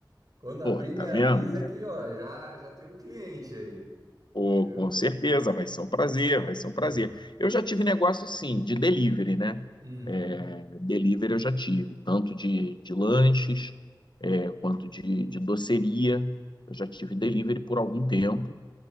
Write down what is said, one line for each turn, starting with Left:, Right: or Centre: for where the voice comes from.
Right: Quando abrir,
Left: Oi, tá
Right: me avisa
Left: vendo?
Right: que, ó, já, já tem um cliente aí,
Left: Pô,
Right: viu?
Left: com certeza, vai ser um prazer, vai ser um prazer.
Right: Uhum.
Left: Eu já tive negócio, sim, de delivery, né?
Right: Uhum.
Left: É, delivery eu já tive, tanto de, de lanches, é, quanto de, de doceria. Eu já tive delivery por algum tempo.